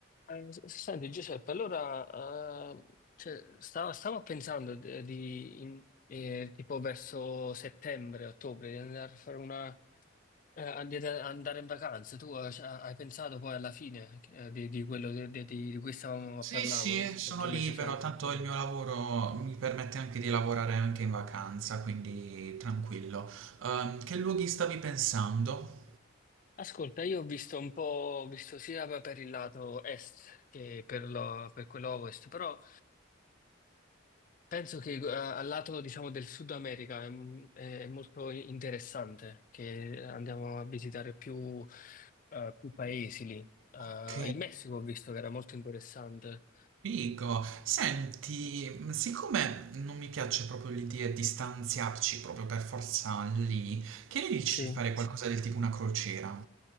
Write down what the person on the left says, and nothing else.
Eh, s- Senti Giuseppe, allora eh, cioè, stavo, stavo pensando de- di, in- eh, tipo verso settembre, ottobre, di andare a fare una, eh, di andare in vacanza. Tu eh, cioè, hai pensato poi alla fine eh, di, di quello di, di- di cui stavamo
a parlare
qualche
mese fa?
Ascolta, io ho visto un po', ho visto sia per il lato est che per, lo- per quello ovest, però Penso che eh, al lato, diciamo, del Sud America è, m- è molto interessante che andiamo a visitare più, eh, più paesi lì. Eh,
il Messico ho visto che era molto interessante.
Sì.